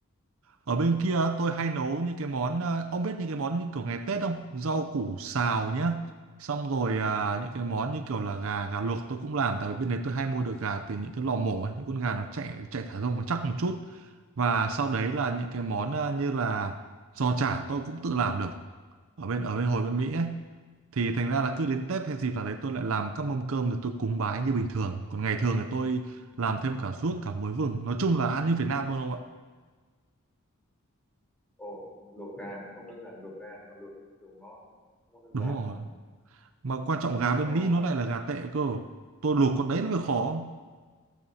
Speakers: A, on the right; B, in the centre.
A: Ở bên kia tôi hay nấu những cái món ờ, ông biết những cái món như kiểu ngày Tết không? Rau củ xào nhá. Xong rồi à, những cái món như kiểu là gà gà luộc tôi cũng làm tại vì bên đấy tôi hay mua được gà từ những cái lò mổ ấy, những con gà nó chạy chạy thả rông nó chắc một chút. Và sau đấy là những cái món à, như là giò chả tôi cũng tự làm được ở bên ở bên hồi bên Mỹ ấy. Thì thành ra là cứ đến Tết hay dịp nào đấy tôi lại làm các mâm cơm để tôi cúng bái như bình thường. Còn ngày thường thì tôi làm thêm cả ruốc cả muối vừng. Nói chung là ăn như Việt Nam luôn không ạ?
B: Ồ, luộc gà cũng không đơn giản, luộc gà mà luộc theo kiểu ngon không đơn
A: Đúng
B: giản
A: rồi.
B: nữa.
A: mà quan trọng gà
B: Luộc
A: bên
B: gà
A: Mỹ nó
B: mà
A: lại là gà tệ cơ tôi luộc con đấy nó mới khó